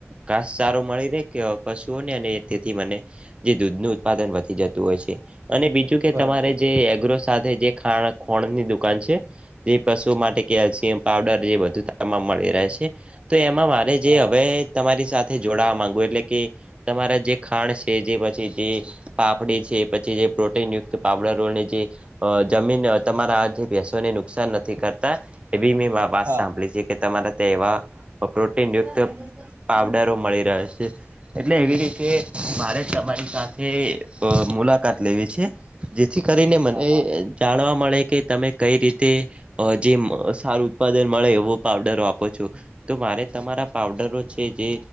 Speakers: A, on the right (about 25°); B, on the right (about 65°).
A: ઘાસ સારો મળી રેય <unintelligible> પશુઓને. અને તેથી મને જે દૂધનું ઉત્પાદન વધી જતું હોય છે. અને બીજું કે
B: બરોબર
A: તમારે જે એગ્રો સાથે જે ખાણ ખોણની દુકાન છે. જે પશુઓ માટે કેલ્શિયમ પાવડર જે બધું મળી રહે છે. તો એમાં મે
B: હા
A: જે
B: હા
A: અવે તમારી સાથે જોડાવા માંગુ એટલે કે. તમારા જે ખાંણ છે. જે પછી જે પાપડી છે. પછી જે પ્રોટીન યુક્ત પાવડરોની જે અ જમીન તમારા આ જે ભેંસોને નુકસાન નથી કરતા. એવી મે વાત
B: હા
A: સાંભળી છે કે તામાના દેવા અ પ્રોટીન યુક્ત પાવડરો મળી રહે છે. એટલે એવી રીતે મારે તમારી સાથે અ મુલાકાત લેવી છે. જેથી કરીને મને
B: હા
A: અ
B: હા
A: જાણવા મળે, કે તમે કઈ રીતે અ જે મ સારું ઉત્પાદન મળે એવો પાવડર વાપરો છો. તો મારે તમારા પાવડરો છે. જે